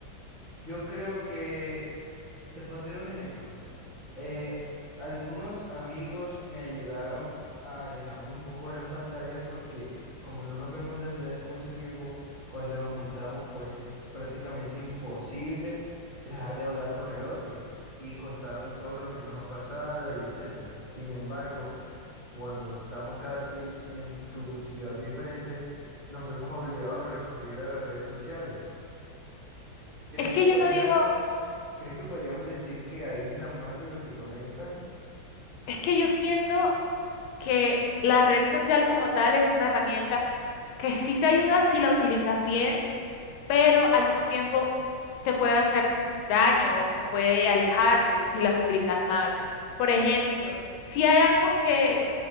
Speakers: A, on the right (about 45°); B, on the left (about 90°).
A: Yo creo que, te pondré un ejemplo. Eh, algunos amigos me ayudaron a alejarme un poco de las pantallas porque como no nos vemos desde hace mucho tiempo, cuando nos juntamos, pues es prácticamente imposible dejar de hablar con el otro y contarnos todo lo que nos ha pasado y etcétera. Sin embargo, cuando estamos cada quien en su ciudad diferente, nos vemos obligados a recurrir a las redes sociales. ¿Crees
B: Es que
A: que podríamos,
B: yo no digo,
A: crees que podríamos decir que aíslan más de lo que conectan?
B: es que yo siento que la red social como tal es una herramienta que sí te ayuda si la utilizas bien pero al mismo tiempo te puede hacer daño o puede alejarte si las utilizas mal. Por ejemplo, si hay algo que